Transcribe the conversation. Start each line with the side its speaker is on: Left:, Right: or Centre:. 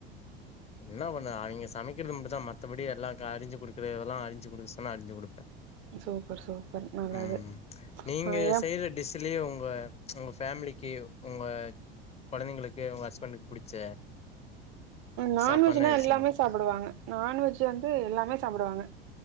Left: என்ன பண்ண அவிங்க சமைக்கிறது மட்டுந்தா மத்தபடி எல்லா க அறிஞ்சு குடுக்குறதெல்லாம் அரிஞ்சு குடுக்க சொன்னா அறிஞ்சு குடுப்பே
Right: சூப்பர் சூப்பர் நல்லது
Left: ம் நீங்க
Right: ஆ ஏ
Left: செய்ற டிஸ்லியே உங்க உங்க ஃபேமிலிக்கு உங்க கொழந்தைங்களு ஏ உங்க ஹஸ்பண்டுக்கு புடிச்ச
Right: நான்வெஜ்னா
Left: சாப்பாடுனா எது
Right: எல்லாமே
Left: சொன்னீங்க
Right: சாப் பிடுவாங்க நான்வெஜ் வந்து எல்லாமே சாப்டுவாங்க